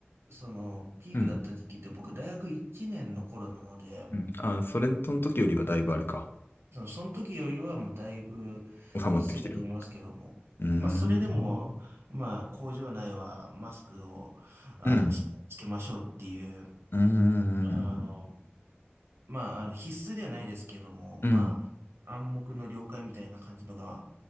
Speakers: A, on the right (about 75°); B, on the left (about 60°).
A: その、ピークだった時期って僕、
B: うん。
A: 大学1年の頃なので、
B: うん。あ、それの時よりはだいぶあれか。
A: そのその時よりはもうだいぶ落ち着いたと思いますけども。
B: 収まってきてる。うーん。
A: まあ、それでも、まあ、工場内はマスクを、あの、
B: うん。
A: しっかりつけましょうっていう、
B: うーん。
A: あの、まあ、あの、必須ではないですけども、まあ、
B: うん。
A: 暗黙の了解みたいな感じのが